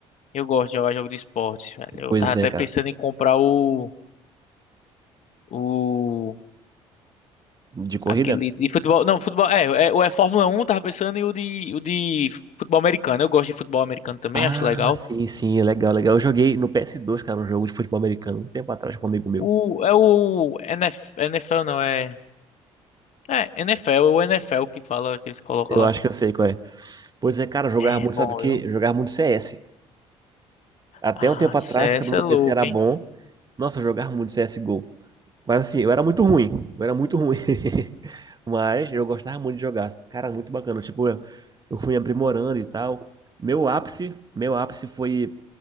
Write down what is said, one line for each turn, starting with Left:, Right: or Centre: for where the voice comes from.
Left: Eu gosto de jogar jogo de esporte, velho.
Right: Pois
Left: Eu tava até
Right: é, cara.
Left: pensando em comprar o. O.
Right: De corrida?
Left: Aquele de futebol. Não, futebol. É, é, o é Fórmula Um. tava pensando em o de, o de futebol americano. Eu gosto de futebol americano também,
Right: Ah,
Left: acho legal.
Right: sim, sim, é legal, legal. Eu joguei no PS2, cara, um jogo de futebol americano, um tempo atrás com um amigo meu.
Left: O, é o NF, NFL, não, é. É, NFL, é o NFL que fala, que eles colocam
Right: Eu
Left: lá.
Right: acho que eu sei qual é. Pois é, cara, eu jogava muito,
Left: É bom,
Right: sabe o quê?
Left: viu?
Right: Eu jogava muito CS. Até
Left: Ah,
Right: um tempo
Left: CS
Right: atrás, quando meu
Left: é louco,
Right: PC era
Left: hein?
Right: bom, nossa, eu jogava muito CSGO. Mas assim, eu era muito ruim. Eu era muito ruim. <laughs> Mas eu gostava muito de jogar. Cara, muito bacana. Tipo, eu, eu fui aprimorando e tal. Meu ápice, meu ápice foi